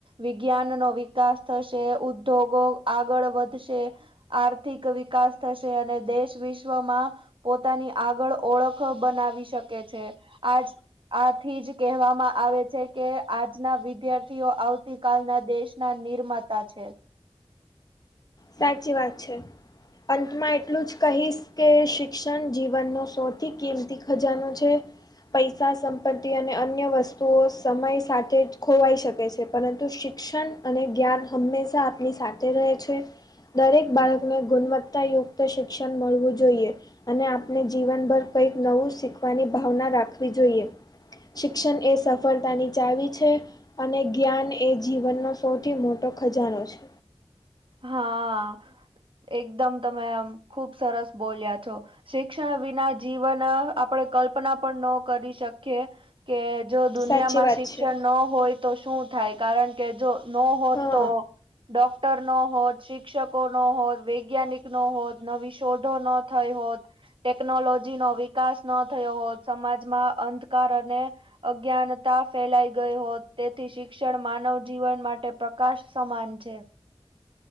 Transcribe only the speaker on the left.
સાચી વાત છે. અંતમાં એટલું જ કહીશ કે શિક્ષણ જીવનનો સૌથી કિંમતી ખજાનો છે. પૈસા સંપત્તિ અને અન્ય વસ્તુઓ સમય સાથે જ ખોવાઈ શકે છે પરંતુ શિક્ષ શિક્ષણ અને જ્ઞાન હંમેશા આપની સાથે રહે છે. દરેક બાળકને ગુણવત્તાયુક્ત શિક્ષણ મળવું જોઈએ. અને આપણે જીવનભર કઈક નવું શીખવાની ભાવના રાખવી જોઈએ. શિક્ષણ એ સફળતાની ચાવી છે. અને જ્ઞાન એ જીવનનો સૌથી મોટો ખજાનો છે.
સાચી વાત
છે
હા